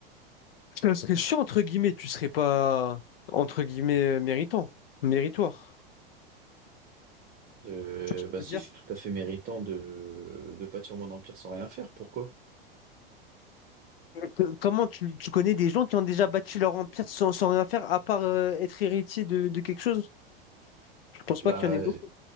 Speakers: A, on the left; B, on the right.
A: Ça serait chiant entre guillemets, tu serais pas entre guillemets euh, méritant, méritoire.
B: Euh,
A: Tu vois ce que
B: bah
A: je veux
B: si,
A: dire
B: je suis tout à fait méritant de, de bâtir mon empire sans rien faire. Pourquoi?
A: Mais que- Comment tu, tu connais des gens qui ont déjà bâti leur empire sans, sans rien faire, à part euh, être héritier de, de quelque chose? Je pense pas
B: Bah,
A: qu'il y en ait beaucoup.